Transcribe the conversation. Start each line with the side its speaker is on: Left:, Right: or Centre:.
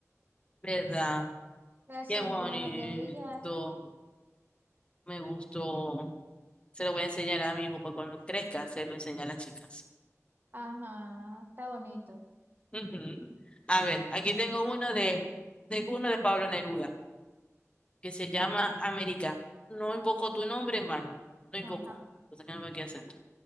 Left: ¿verdad?
Right: El
Left: Qué
Right: sol
Left: bonito,
Right: no va a dejar de brillar.
Left: me gustó. Se lo voy a enseñar a mi hijo para cuando crezca, se lo enseña a las chicas.
Right: Ajá, está bonito.
Left: Ujú. A ver, aquí tengo uno de, tengo uno de Pablo Neruda, que se llama América. No invoco tu nombre en vano, no invoco,
Right: Ajá.
Left: o sea que no me queda acento.